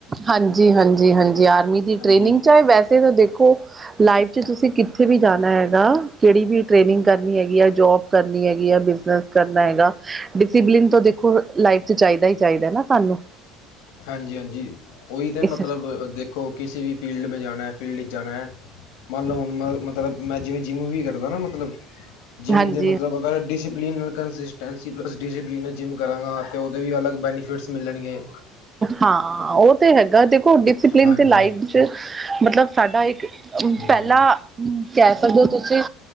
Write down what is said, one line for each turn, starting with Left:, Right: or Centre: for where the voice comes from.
Right: ਹਾਂਜੀ, ਹਾਂਜੀ, ਹਾਂਜੀ ਆਰਮੀ ਦੀ
Left: ਹਾਂਜੀ
Right: ਟ੍ਰੇਨਿੰਗ ਚਾਏ ਵੈਸੇ ਤਾਂ ਦੇਖੋ ਲਾਈਫ ਚ ਤੁਸੀਂ ਕਿੱਥੇ ਵੀ ਜਾਣਾ ਐਗਾ ਕੇੜੀ ਵੀ ਟ੍ਰੇਨਿੰਗ ਕਰਨੀ ਐਗੀ ਆ ਜੋਬ ਕਰਨੀ ਐਗੀ ਆ ਬਿਜ਼ਨਸ ਕਰਨਾ ਐਗਾ। ਡਿਸਪਲਿਨ ਤੋਂ ਦੇਖੋ ਲਾਈਫ ਚ ਚਾਈਦਾ ਈ ਚਾਈਦਾ ਨਾ ਸਾਨੂੰ।
Left: ਹਾਂਜੀ-ਹਾਂਜੀ ਓਈ ਤਾਂ
Right: ਇਸ
Left: ਮਤਲਬ ਦੇ ਕੋ ਕਿਸੀੇ ਵੀ ਫੀਲਡ ਮੇ ਜਾਨਾ ਐ ਫੀਲਡ ਚ ਜਾਨਾ ਐ। ਮੰਨ ਲਓ ਹੁਣ ਮ ਮਤਲਬ ਮੈਂ ਜਿਵੇਂ ਜਿਮ ਵੀ ਕਰਦਾ ਨਾ ਮਤਲਬ ਜਿੰਮ
Right: ਹਾਂਜੀ
Left: ਦੇ ਮਤਲਬ ਅਗਰ ਡਿਸਪਲਿਨ ਕੰਸਿਸਟੈਂਸੀ ਪਲਸ ਡਿਸਿਪਲਨ ਚ ਜਿੰਮ ਕਰਾਂਗਾ ਅਤੇ ਓਦੇ ਵੀ ਅਲਗ ਬੈਨੀਫਿਟਸ ਮਿਲਣਗੇ।
Right: ਹਾਂ ਓ ਤੇ ਹੈਗਾ ਦੇਖੋ ਡਿਸਪਲਨ
Left: ਹਾਂਜੀ,
Right: ਤੇ ਲਾਈਫ ਚ ਮਤਲਬ ਸਾਡਾ ਇੱਕ
Left: ਹਾਂਜੀ,
Right: ਪੈਲਾਂ ਕੈ ਸਕਦੇ ਓ ਤੁਸੀਂ